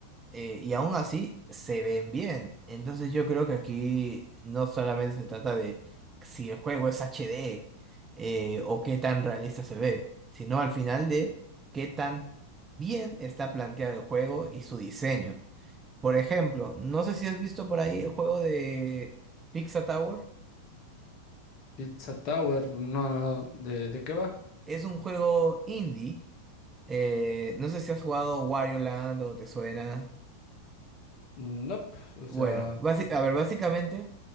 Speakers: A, on the right; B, on the left.
A: eh, y aún así se ven bien. Entonces yo creo que aquí no solamente se trata de si el juego es HD eh, o qué tan realista se ve, sino al final de qué tan bien está planteado el juego y su diseño. Por ejemplo, no sé si has visto por ahí el juego de Pizza Tower.
B: Pizza Tower, no, no, no. ¿De, de qué va?
A: Es un juego indie. eh, no sé si has jugado Wario Land o te suena.
B: Nope, o
A: Bueno,
B: sea,
A: basi- a ver, básicamente...